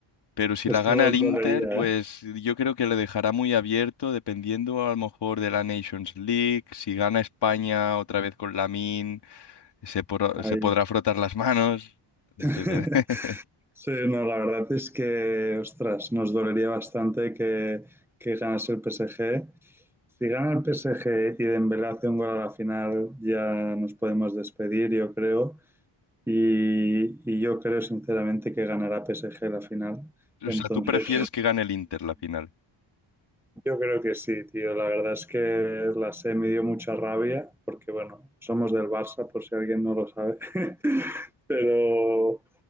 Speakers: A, on the left (about 55°); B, in the centre.
A: Pero si
B: esto
A: la gana el
B: dolería,
A: Inter, pues
B: ¿eh?
A: yo creo que le dejará muy abierto, dependiendo a lo mejor de la Nations League. Si gana España otra vez con Lamine, se, por-
B: Ahí.
A: se podrá frotar las manos. Dep-
B: <laughs>
A: <laughs>
B: Sí, no, la verdad es que, ostras, nos dolería bastante que, que ganase el PSG. Si gana el PSG y Dembélé hace un gol a la final, ya nos podemos despedir, yo creo. Y, y yo creo sinceramente que ganará PSG la final.
A: O
B: Entonces,
A: sea, tú prefieres que gane el Inter la final.
B: yo creo que sí, tío. La verdad es que la sé me dio mucha rabia, porque bueno, somos del Barça, por si alguien no lo sabe. <laughs> Pero,